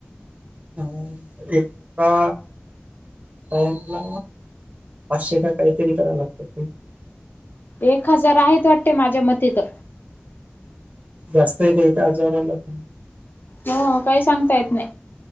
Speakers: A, on the right (about 45°); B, on the left (about 55°).
A: अं एका टाईमला, पाचशे का काहीतरी करावं लागतात ते.
B: एक हजार आहेत वाटते माझ्या मती तर.
A: जास्त येतं हे एका हजाराला पण.
B: हो काही सांगता येतं नाही.